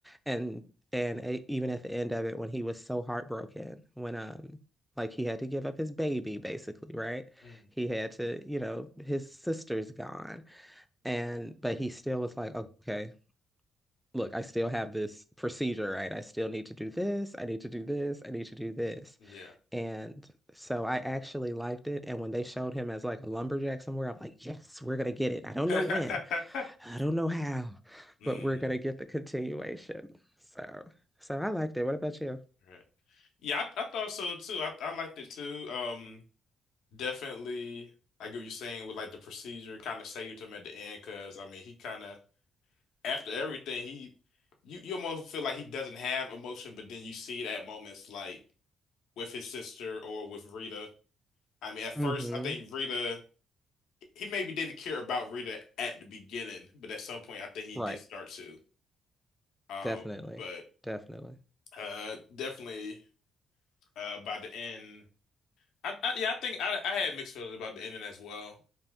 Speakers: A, in the centre; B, on the left.
A: And and e- even at the end of it, when he was so heartbroken, when um like he had to give up his baby basically, right?
B: Mm,
A: He had to, you know, his sister's gone. And but he still was like, okay, look, I still have this procedure, right? I still need to do this. I need to do this. I need to do this.
B: yeah.
A: And so I actually liked it. And when they showed him as like a lumberjack somewhere, I'm like, yes, we're going to get it. I don't
B: <laughs>
A: know when, I don't know how,
B: Mm,
A: but we're going to get the continuation. So, so I liked it. What about you?
B: right. Yeah, I, I thought so too. I I liked it too. Um, definitely. I get what you're saying with like the procedure kind of saved him at the end because I mean he kind of after everything he you you almost feel like he doesn't have emotion, but then you see it at moments like with his sister or with Rita. I mean, at first
A: mm hmm
B: I think Rita he maybe didn't care about Rita at the beginning, but at some point I think he
A: Right.
B: did start to. Um,
A: Definitely.
B: but
A: Definitely.
B: uh definitely uh by the end I, I yeah, I think I I had mixed feelings about the ending as well.